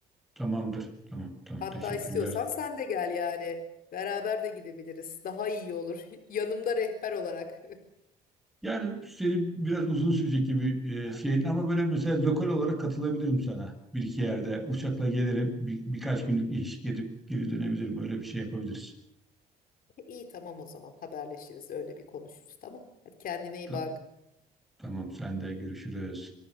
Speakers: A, in the centre; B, on the left (about 60°).
A: Tamamdır. Tamam, tamam.
B: Hatta
A: Teşekkürler.
B: istiyorsan sen de gel yani. Beraber de gidebiliriz. Daha iyi olur. <laughs> Yanımda rehber olarak. <laughs>
A: Yani senin biraz uzun sürecek gibi e, şey ama böyle mesela lokal olarak katılabilirim sana. Bir iki yerde uçakla gelirim. Bir, birkaç günlük iş gidip geri dönebilirim. Öyle bir şey yapabiliriz.
B: İyi tamam o zaman haberleşiriz öyle bir konuşuruz tamam. Hadi kendine iyi
A: Tamam.
B: bak.
A: Tamam sen de görüşürüz.